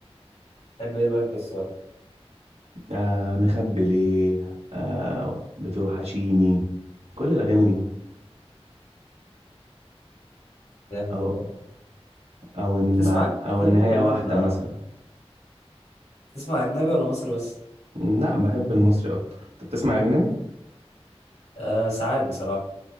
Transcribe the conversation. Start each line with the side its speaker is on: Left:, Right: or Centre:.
Left: بحب ايه الواد الصغير
Right: آه نخبي ليه آه بتوحشيني كل الأغاني دي
Left: جامد
Right: أو
Left: والله
Right: أو إن
Left: بتسمع
Right: مع
Left: أجنبي
Right: أو
Left: طيب
Right: النهاية
Left: ولا
Right: واحدة
Left: انت
Right: مثلا
Left: بتسمع اجنبي ولا مصري بس
Right: لا بحب المصري أكتر أنت بتسمع أجنبي؟
Left: آه ساعات بصراحة